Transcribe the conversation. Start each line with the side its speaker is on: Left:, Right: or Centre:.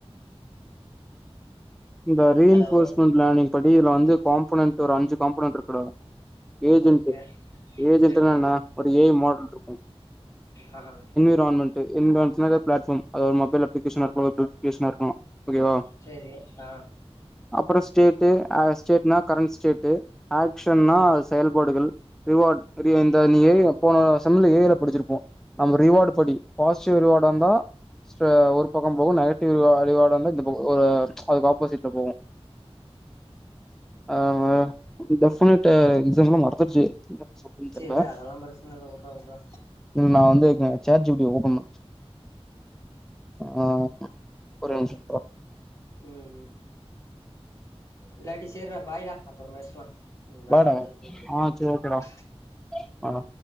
Centre: இந்த ரீ
Left: ஹலோ
Centre: என் ஃபோர்ஸ்மெட் லேர்னிங் படி இதுல வந்து காம்போனன்ட் ஒரு அஞ்சு காம்போனன்ட் இருக்கு டா ஏஜென்ட்டு
Left: ஓகே
Centre: ஏஜென்ட்டுனா
Left: சரி
Centre: என்ன ஒரு ஏ ஐ மாடல்ட்டுருக்கு
Left: அ ஆ
Centre: என்விரான்மென்ட் என்விரான்மென்ட் னா எதா ஃபிளாட் ஃபார்ம் அது ஒரு மொபைல் அப்ளிகேஷனா இருக்கலா டூப்ளிகேஷனா இருக்கலா ஓகே வா
Left: செரி ஆ
Centre: அப்றோ ஸ்டேட்டு அ ஸ்டேட்னா கரண்ட் ஸ்டேட்டு ஆக்ஷன்னா
Left: ம்
Centre: செயல்பாடுகள் ரிவார்ட் <unintelligible> இந்த நீ போன செம்ல ஏ ஜல படிச்சிருப்போ நம்ம ரிவார்டு படி பாசிட்டிவ் ரிவார்டா இருந்தா ஸ்ரே ஒரு பக்கம் போகு நெகட்டிவ் ரீவா ரிவார்ட இந்த ஒரு அதுக்கப் ஆப்போசிட்ல போவோ ஆ டெபனட் <unintelligible> இன்சம்ல மறந்துடுச்சு என்ன சொல்றதுன்னு
Left: சேரி
Centre: தெர்ல
Left: விடு அதெல்லா பிரச்சன இல்ல உட்றா உட்றா
Centre: ம் நா வந்து chat G P T open பண் ஆ ஒரே நிமிஷம் நில்ற
Left: ம் இல்லாட்டி சேர்ற பாய்டா அப்றம் பேசலா ம் வேல
Centre: வாடா
Left: வந்திருக்கு நா போய்
Centre: ஆ
Left: பாக்க
Centre: சரி ஓகேடா
Left: ம்
Centre: ஆ
Left: ம்